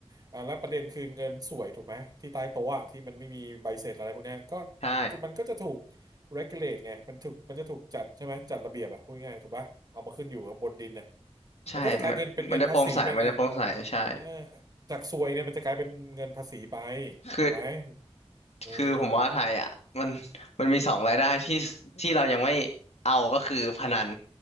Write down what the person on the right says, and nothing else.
อ่าแล้วประเด็นคือเงินสวยถูกไหมที่ใต้โต๊ะอะที่มันไม่มีใบเสร็จอะไรพวกเนี้ยก็
มันก็จะถูก regulate ไงมันถูกมันจะถูกจัดใช่ไหมจัดระเบียบอะพูดง่ายๆถูกปะเอามาขึ้นอยู่ข้างบนดินน่ะ
มันก็จะกลายเป็นเป็นเงินภาษีไปไงเออจากซวยเนี่ยมันจะกลายเป็นเงินภาษีไป
ถูกไหมเออ